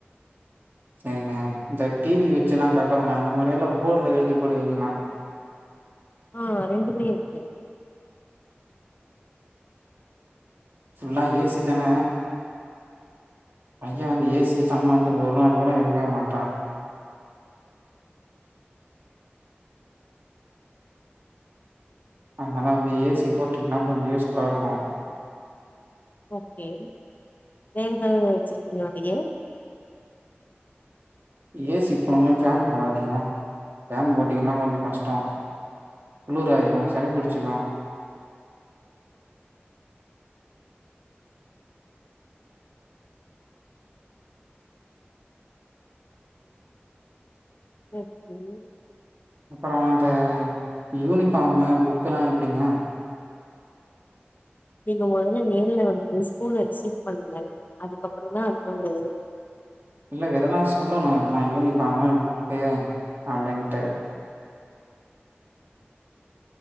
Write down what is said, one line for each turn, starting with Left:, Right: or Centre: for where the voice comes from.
Right: அ ஹ இந்த டி வி வெச்சல்லா கட்டவனே அந்தமாரி எல்லா போட்ல எழுதி போடுவீங்களான்
Left: ஆ ரெண்டுமே இருக்கு.
Right: ஃபுல்லா ஏ சி தான. பைய வந்து ஏ சி சம்ம வந்து ஒரு நாள் கூட இருக்கவே மாட்டா. அதனால வந்து ஏ சி போட்டுட்னா கொஞ்சோ யூஸ்ஃபுல்லாருக்கு.
Left: ஓகே வேற எதாவது வெச்சிருக்கிங்ளா நீங்க?
Right: ஏ சி போடும் போது ஃபேன் போடாதீங்க. ஃபேன் போட்டிங்கன்னா கொஞ்சோ கஷ்டோ. குளுராயிரு சளி பிடிச்சுக்கு.
Left: ஓகே.
Right: அப்புறோ அந்த யூனிஃபாமு புக்கல்லா எப்பிடிங்க?
Left: நீங்க மொதல்ல நேர்ல வந்து ஸ்கூல விசிட் பண்ணுங்க அதுக்கப்பறந்தா அதுக்கு அங்க
Right: இல்லங்க இதெல்லா சொல்லணு இதெல்லா யூனிஃபாமு புக்கு அப்டின்ட்டு